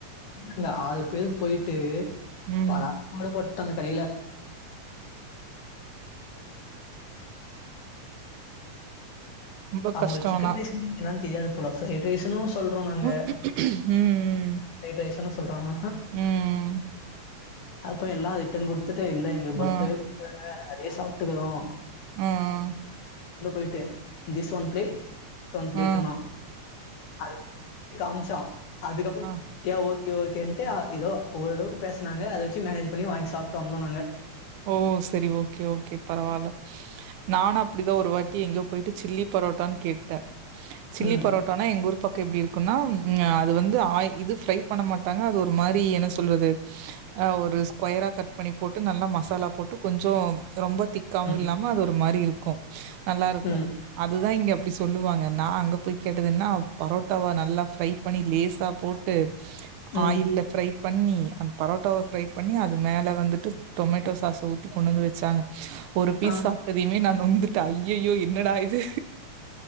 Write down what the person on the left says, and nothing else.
இதுல ஆறு பேர் போயிட்டு
படாதபாடு பட் ட்டு அந்த கடையில
அவங்களுக்கு
சிக்கன்
பீஸ் என்னாதுக் தெரியாது போல எட்ரேஷன்னு சொல்றோ நாங்க
ஃப்ரைட்ரைஸ் தானே சொல்றாங்க
அப்ப எல்லா ரிட்டன் குடுத் த்துட்டு இல்ல எங்களுக்கு பட்டேவே
கூப்ட்டாங்க நெறைய சாப்பிட்டுக்றோ
ந்து போயிட்டு திஸ் ஒன் பிளேட் ஒன் பிளேட்டுனா
அது காம்ச்சா அதுக்கப்பம்
ஏ ஓ ஒகே ஒகேன்ட் எதோ ஓரளவுக்கு பேசனாங்க அத ச்சி மேனேஜ் பண்ணி வாங்கி சாப்பிட்டு வந்தோ நாங்க
ம்
ம்
ம்
ம்
ஆ